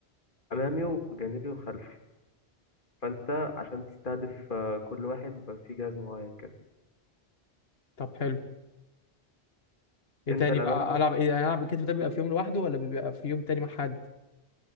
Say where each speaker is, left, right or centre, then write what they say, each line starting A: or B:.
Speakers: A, on the left (about 50°); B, on the left (about 70°).
A: امامي وجانبي وخلفي فانت عشان تستهدف آه، كل واحد بيبقى فيه جهاز معين كده
B: طب حلو ايه
A: انت
B: تاني
A: الامامي
B: بقى العب ايه يعني العب الكتف ده بيبقى في يوم لوحده ولا بيبقى في يوم تاني مع حد